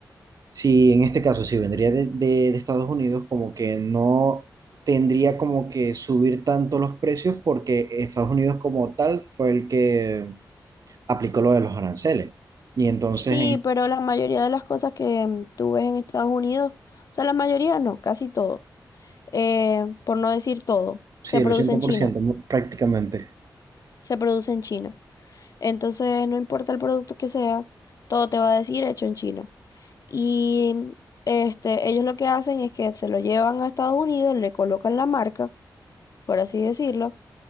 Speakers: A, on the right; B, on the left.
A: Si en este caso, si vendría de, de- de Estados Unidos, como que no tendría como que subir tanto los precios porque Estados Unidos como tal fue el que aplicó lo de los aranceles. Y entonces,
B: Sí,
A: en,
B: pero la mayoría de las cosas que mm, tú ves en Estados Unidos, o sea, la mayoría no, casi todo, eh, por no decir todo,
A: sí,
B: se
A: el
B: produce
A: 80%
B: en China.
A: mo- prácticamente.
B: se produce en China. Entonces, no importa el producto que sea, todo te va a decir hecho en China. Y este, ellos lo que hacen es que se lo llevan a Estados Unidos, le colocan la marca, por así decirlo,